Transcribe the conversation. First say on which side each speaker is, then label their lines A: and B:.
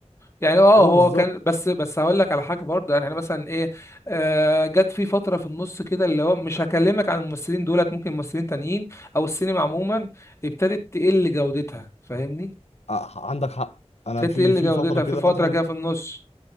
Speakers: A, on the left; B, on the left.
A: يعني اه
B: اه
A: هو
B: بالظبط
A: كان بس بس هقول لك على حاجه برضه يعني انا مثلا ايه آه جت في فتره في النص كده اللي هو مش هكلمك عن الممثلين دولت ممكن ممثلين تانيين او السينما عموما ابتدت تقل جودتها فاهمني
B: آه، عندك حق انا
A: ابتدت
B: في
A: تقل
B: في
A: جودتها
B: فتره كده
A: في فتره
B: مثلا
A: كده في النص